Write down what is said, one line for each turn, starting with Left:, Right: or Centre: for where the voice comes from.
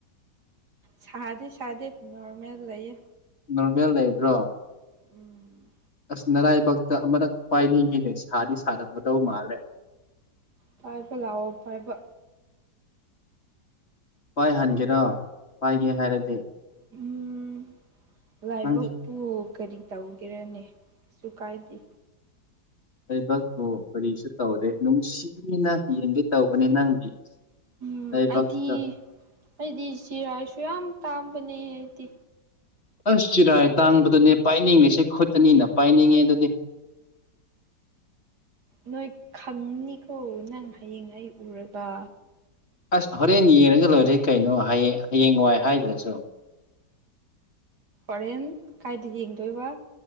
Right: ꯁꯥꯗꯦ ꯁꯥꯗꯦ ꯅꯣꯔꯃꯦꯜ ꯂꯩꯌꯦ
Left: ꯅꯣꯔꯃꯦꯜ ꯂꯩꯕ꯭ꯔꯣ
Right: ꯎꯝ
Left: ꯑꯁ ꯅꯔꯥꯏꯕꯛꯇ ꯑꯃꯔꯛ ꯄꯥꯏꯅꯤꯡꯉꯦ ꯁꯥꯗꯤ ꯁꯥꯔꯝꯒꯗꯧ ꯃꯥꯜꯂꯦ
Right: ꯄꯥꯏꯕ ꯂꯥꯛꯑꯣ ꯄꯥꯏꯕ
Left: ꯄꯥꯏ ꯍꯟꯒꯦꯔꯣ ꯄꯥꯏꯒꯦ ꯍꯥꯏꯔꯗꯤ
Right: ꯎꯝ ꯂꯥꯏꯕꯛꯄꯨ
Left: ꯅꯪꯗꯤ
Right: ꯀꯔꯤ ꯇꯧꯒꯦꯔꯅꯤ ꯀꯩꯁꯨ ꯀꯥꯏꯗꯦ
Left: ꯂꯩꯕꯄꯨ ꯀꯔꯤꯁꯨ ꯇꯧꯗꯦ ꯅꯨꯡꯁꯤꯅ ꯌꯦꯡꯒꯦ ꯇꯧꯕꯅꯦ ꯅꯪꯒꯤ
Right: ꯎꯝ
Left: ꯂꯩꯕꯛꯇꯣ
Right: ꯑꯩꯗꯤ ꯑꯩꯗꯤ ꯆꯖꯤꯔꯥꯏꯁꯨ ꯌꯥꯝ ꯇꯥꯡꯕꯅꯦ ꯑꯩꯗꯤ
Left: ꯑꯁ ꯆꯤꯔꯥꯏ ꯇꯥꯡꯕꯗꯨꯅꯦ ꯄꯥꯏꯅꯤꯡꯂꯤꯁꯦ ꯈꯨꯠ ꯑꯅꯤꯅ ꯄꯥꯏꯅꯤꯡꯉꯦ ꯑꯗꯨꯗꯤ
Right: ꯅꯣꯏ ꯈꯪꯅꯤꯀꯣ ꯅꯪ ꯍꯌꯦꯡ ꯑꯩ ꯎꯔꯒ
Left: ꯑꯁ ꯍꯣꯔꯦꯟ ꯌꯦꯡꯔꯒ ꯂꯣꯏꯔꯦ ꯀꯩꯅꯣꯌꯦ ꯍꯌꯦ ꯍꯌꯦꯡ ꯋꯥꯏ ꯍꯥꯏꯗ꯭ꯔꯁꯨ
Right: ꯍꯣꯔꯦꯟ ꯀꯥꯏꯗ ꯌꯦꯡꯗꯣꯏꯕ